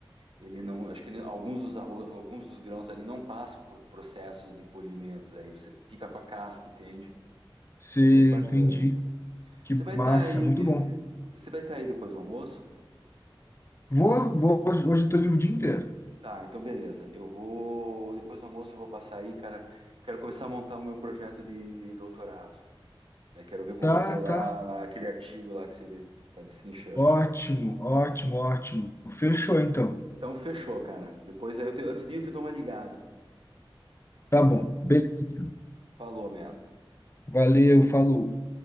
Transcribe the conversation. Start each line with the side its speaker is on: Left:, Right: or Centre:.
Right: ele não, acho que ele- alguns dos arroz, alguns dos grãos ali não passam por processos de polimento, daí você fica com a casca, entende?
Left: Você
Right: É bem bacana.
Left: entendi. Que
Right: Você vai
Left: massa,
Right: estar aí,
Left: muito
Right: de-
Left: bom.
Right: você você vai estar aí depois do almoço?
Left: Vou, vou, hoje, hoje eu tô livre o dia inteiro.
Right: Tá, então beleza. Eu vou depois do almoço eu vou passar aí, cara. Quero começar a montar o meu projeto de doutorado. Né? Quero ver com
Left: Tá,
Right: você lá
Left: tá.
Right: aquele artigo lá que você está destrinchando.
Left: Ótimo, ótimo, ótimo. Fechou então.
Right: Então fechou, cara. Depois aí eu te- antes de ir, eu te dou uma ligada.
Left: Tá bom. Beleza. então.
Right: Falou, man.
Left: Valeu, falou.